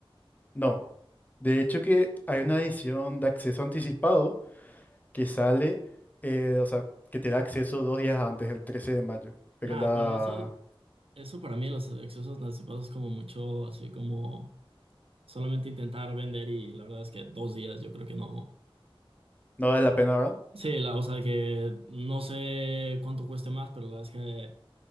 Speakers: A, on the left; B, on the right.
A: No, de hecho que hay una edición de acceso anticipado que sale, eh, o sea, que te da acceso dos días antes, el 13 de mayo. Pero
B: Nada,
A: la...
B: pero eso, eso para mí, los accesos anticipados es como mucho, así como solamente intentar vender y la verdad es que dos días yo creo que no.
A: no vale la pena, ¿verdad?
B: Sí, la, o sea, que no sé cuánto cueste más, pero la verdad es que